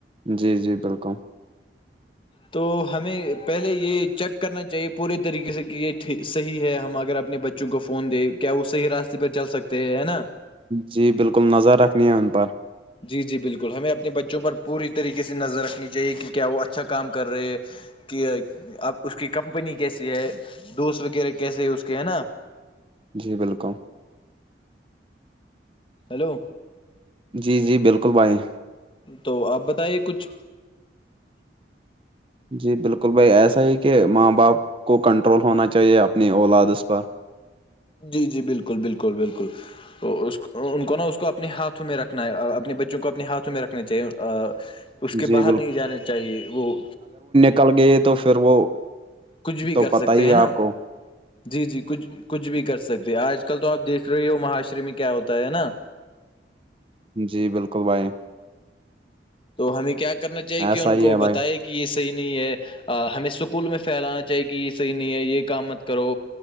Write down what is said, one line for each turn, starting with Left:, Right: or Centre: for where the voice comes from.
Right: جی جی بالکل
Left: تو ہمیں پہلے یہ چیک کرنا چاہیے پورے طریقے سے کہ یہ صحیح ہے ہم اگر اپنے بچے چوں کو فون دے کیا وہ صحی راستے پہ چل سکتے ہیں ہے نا
Right: جی بالکل نظر رکھنی ہے ان پر
Left: جی جی بالکل ہمیں اپنے بچوں پر پوری طریقے سے نظر رکھنی چاہیے کہ کیا وہ اچھا کام کر رہے ہے کہ اب اس کی کمپنی کیسی ہے دوست وغیرہ کیسے ہے اس کے ہیں نا
Right: جی بالکل
Left: ہیلو
Right: جی جی بالکل بائییں
Left: تو آپ بتائیے کچھ
Right: جی بالکل بھائی ایسا ہی کہ ماں باپ کو کنٹرول ہونا چاہیے اپنی اولادس پر
Left: جی جی بالکل بالکل بالکل ان کو نا اس کو اپنے ہاتھوں میں رکھنا ہے اپنے بچوں کو اپنے ہاتھ میں رکھنا چاہیے اس کے
Right: جی
Left: باہر نہیں جانے چاہیے وہ
Right: کل گئے تو پھر وہ
Left: کچھ بھی
Right: تو
Left: کر
Right: پت
Left: سکتے
Right: ہی
Left: ہیں
Right: ہے آپ
Left: نا
Right: کو
Left: جی جی کچھ کچھ بھی کر سکتے ہیں آج کل تو آپ دیکھ رہے ہو مہاشرے میں کیا ہوتا ہے نا
Right: جی بالکل بھائی
Left: تو ہمیں کیا کرنا چاہیے
Right: ایسا
Left: کہ ان
Right: ہی
Left: کو
Right: ہے بھائی
Left: بتائے گ کہ یہ صحیح نہیں ہے ہمیں سکول میں پھیلانا چاہیے کہ یہ صحیح نہیں ہے یہ کام مت کرو